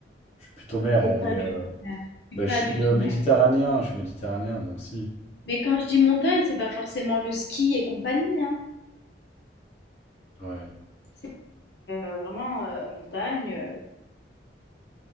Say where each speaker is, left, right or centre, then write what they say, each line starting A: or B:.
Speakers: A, on the left (about 35°); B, on the left (about 70°).
A: Je suis plutôt mer.
B: T'es
A: On
B: pas
A: est,
B: du
A: euh,
B: tout mer. T'es
A: bah,
B: pas
A: je suis
B: du tout
A: euh, méditerranéen.
B: mer.
A: Je suis méditerranéen, donc si.
B: Mais quand je dis montagne, c'est pas forcément le ski et compagnie, hein.
A: Ouais,
B: C'est euh, vraiment euh, montagne, euh,